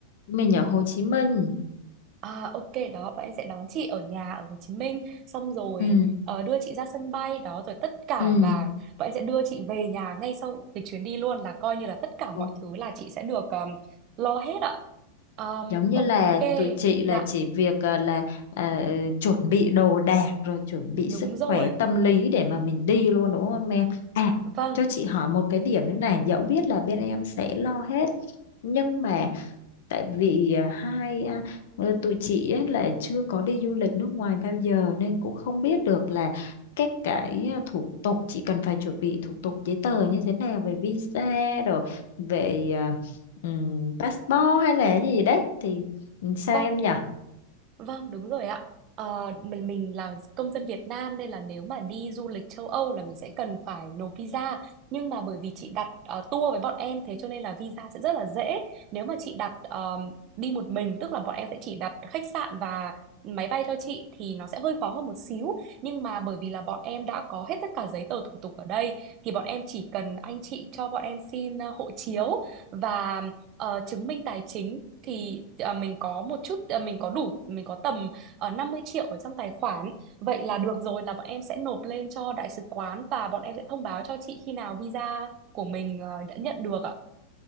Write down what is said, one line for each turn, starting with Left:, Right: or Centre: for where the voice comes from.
Left: mình ở Hồ Chí Minh.
Right: À, ok đó bọn em sẽ đón chị ở nhà ở Hồ Chí Minh xong rồi
Left: Ừ,
Right: ờ, đưa chị ra sân bay đó rồi tất cả
Left: ừ,
Right: và bọn em sẽ đưa chị về nhà ngay sau cái chuyến đi luôn là coi như là tất cả mọi
Left: Ok.
Right: thứ là chị sẽ được ờm, lo hết ạ Ờm,
Left: Giống như
Right: ok
Left: là tụi chị
Right: dạ
Left: là chỉ việc ờ, là ờ, chuẩn bị đồ đạc rồi chuẩn bị
Right: đúng
Left: sức
Right: rồi
Left: khỏe tâm lý để mà mình đi luôn đúng không em? À,
Right: vâng
Left: cho chị hỏi một cái điểm nữa này, dẫu biết là bên em sẽ lo hết nhưng mà tại vì à, hai à, ờ, tụi chị ấy là chưa có đi du lịch nước ngoài bao giờ nên cũng không biết được là các cái à, thủ tục chị cần phải chuẩn bị thủ tục giấy tờ như thế nào về visa rồi về à, ừm, passport hay là gì đấy thì ừ, sao
Right: vâng
Left: em nhỉ
Right: Vâng, đúng rồi ạ. Ờ, mình mình là công dân Việt Nam nên là nếu mà đi du lịch châu Âu là mình sẽ cần phải nộp visa. Nhưng mà bởi vì chị đặt ờ, tour với bọn em thế cho nên là visa sẽ rất là dễ. Nếu mà chị đặt ờ, đi một mình tức là bọn em sẽ chỉ đặt khách sạn và máy bay cho chị thì nó sẽ hơi khó hơn một xíu. Nhưng mà bởi vì là bọn em đã có hết tất cả giấy tờ thủ tục ở đây thì bọn em chỉ cần anh chị cho bọn em xin ờ, hộ chiếu và ờ, chứng minh tài chính thì à, mình có một chút à, mình có đủ mình có tầm uh, 50 triệu ở trong tài khoản vậy là được rồi là bọn em sẽ nộp lên cho đại sứ quán và bọn em sẽ thông báo cho chị khi nào visa của mình ờ, đã nhận được ạ